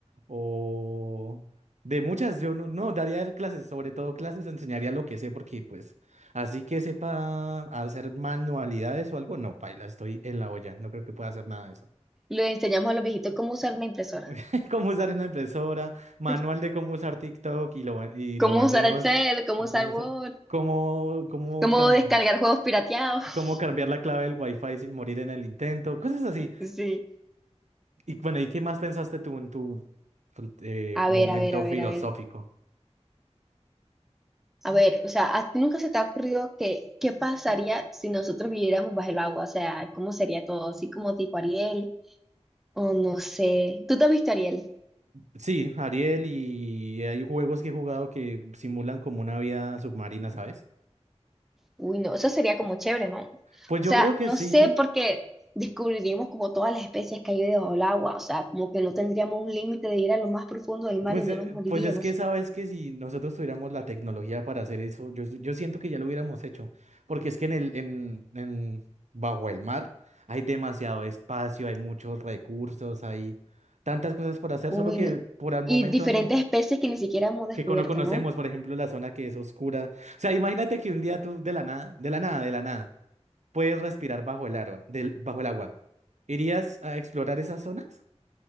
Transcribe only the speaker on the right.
o de muchas. Yo no, no daría clases, sobre todo clases, enseñaría lo que sé, porque pues así que sepa hacer manualidades o algo, no, paila, estoy en la olla, no creo que pueda hacer nada de eso.
<laughs> Cómo usar una impresora, manual
de cómo usar TikTok y lo, ve- y
lo vendemos.
Es
como
sa- cómo, cómo,
cam-
cómo cambiar la clave del Wi-Fi sin morir en el intento, cosas así.
Y bueno, ¿y qué más pensaste tú en tu pues, eh,
momento
filosófico?
Sí, Ariel, y hay juegos que he jugado que simulan como una vida submarina, ¿sabes?
Pues
yo
creo que
sí.
Pues,
eh,
pues es que sabes que si nosotros tuviéramos la tecnología para hacer eso, yo, yo siento que ya lo hubiéramos hecho. Porque es que en el, en, en, bajo el mar hay demasiado espacio, hay muchos recursos, hay tantas cosas por hacer,
solo que
por el
momento
no.
que no conocemos,
por ejemplo, la zona que es oscura. O sea, imagínate que un día tú de la nada, de la nada, de la nada, puedes respirar bajo el agua, del, bajo el agua. ¿Irías a explorar esas zonas?